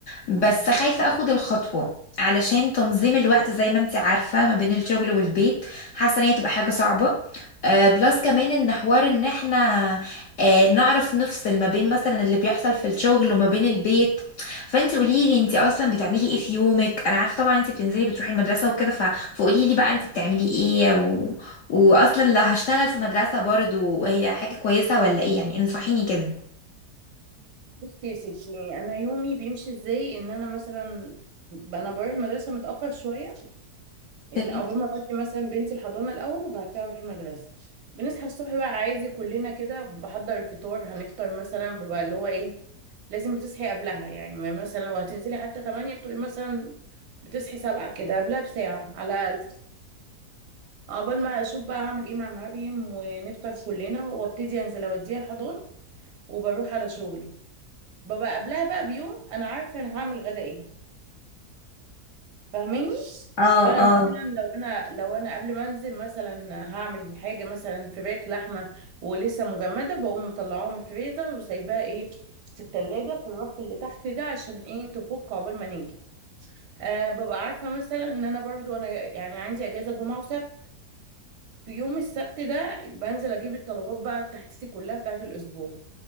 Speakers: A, on the left (about 65°); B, on the right (about 85°).
A: بس خايفة اخد الخطوة علشان تنظيم الوقت زي ما انت عارفة ما بين الشغل والبيت حاسة ان هي تبقى حاجة صعبة آه بلس كمان ان حوار ان احنا آه نعرف نفصل ما بين مثلا اللي بيحصل في الشغل وما بين البيت فانت قولي لي انت اصلا بتعملي ايه في يومك انا عارفة طبعا انت بتنزلي بتروحي المدرسة وكده ف... فقولي لي بقى انت بتعملي ايه و... واصلا لو هشتغل في مدرسة برضو هي حاجة كويسة ولا ايه يعني انصحيني كده
B: بصي يا ستي انا يومي بيمشي ازاي ان انا مثلا انا بروح المدرسه متاخر شويه ان
A: اوكي
B: عقبال ما اودي مثلا بنتي الحضانه الاول وبعد كده اروح المدرسه بنصحى الصبح بقى عايزه كلنا كده بحضر الفطار هنفطر مثلا بيبقى اللي هو ايه لازم بتصحي قبلها يعني ما مثلا لو هتنزلي حتى 8 بتبقي مثلا بتصحي 7 كده قبلها بساعه على الاقل عقبال ما اشوف بقى هعمل ايه مع مريم ونفطر كلنا وابتدي انزل اوديها الحضانه وبروح على شغلي ببقى قبلها بقى بيوم انا عارفه انا هعمل غدا ايه فاهماني
A: اه
B: فانا
A: اه
B: مثلا لو انا لو انا قبل ما انزل مثلا هعمل حاجه مثلا فراخ لحمه ولسه مجمده بقوم مطلعاها من الفريزر وسايباها ايه في التلاجة في الرف اللي تحت ده عشان ايه تفك عقبال ما نيجي أه ببقى عارفه مثلا ان انا برضو انا يعني عندي اجازه جمعه وسبت في يوم السبت ده بنزل اجيب الطلبات بقى بتاعتي كلها بتاعت الاسبوع